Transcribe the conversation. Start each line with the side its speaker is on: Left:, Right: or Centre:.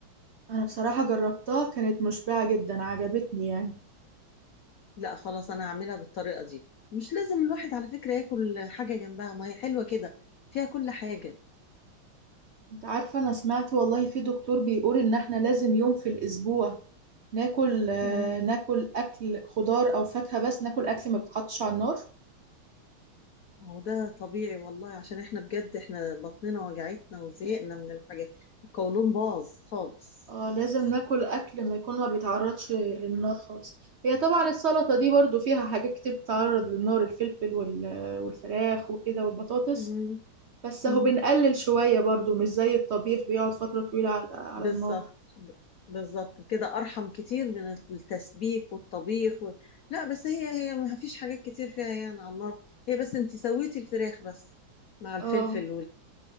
Right: انا بصراحة جربتها كانت مشبعة جدا عجبتني يعني
Left: لا خلاص انا هعملها بالطريقه دي مش لازم الواحد على فكره ياكل حاجه جنبها ما هي حلوه كده فيها كل حاجه
Right: انت عارفة انا سمعت والله في دكتور بيقول ان احنا لازم يوم في الاسبوع ناكل آه،
Left: مم.
Right: ناكل اكل خضار او فاكهة بس ناكل اكل ما بيتحطش على النار
Left: هو ده طبيعي والله عشان احنا بجد احنا بطننا وجعتنا وزهقنا من الحاجات القولون باظ خالص
Right: اه لازم ناكل اكل ما يكون ما بيتعرضش للنار خالص هي طبعا السلطه دي برضو فيها حاجات كتير بتتعرض للنار الفلفل وال- والفراخ وكده والبطاطس
Left: مم.
Right: بس
Left: مم.
Right: اهو بنقلل شويه برضو مش زي الطبيخ بيقعد فتره طويله على, على
Left: بالظبط
Right: النار
Left: ب- بالظبط كده ارحم كتير من التسبيك والطبيخ و... لا بس هي هي ما فيش حاجات كتير فيها يعني على النار هي بس انت سويتي الفراخ بس مع الفلفل
Right: اه